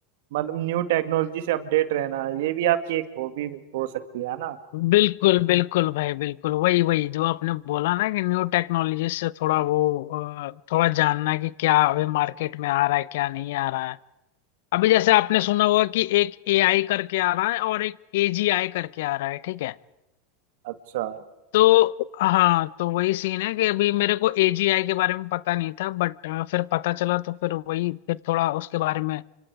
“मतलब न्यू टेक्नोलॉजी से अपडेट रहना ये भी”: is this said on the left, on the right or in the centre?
Right